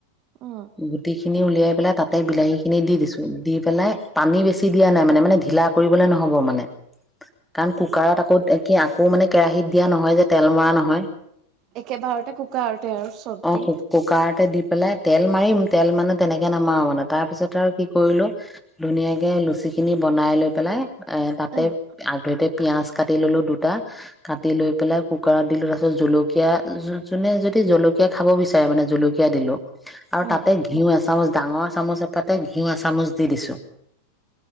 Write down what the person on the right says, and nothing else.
অ',
একেবাৰতে কুকাৰতে আৰু চব
দি
অ',
উম।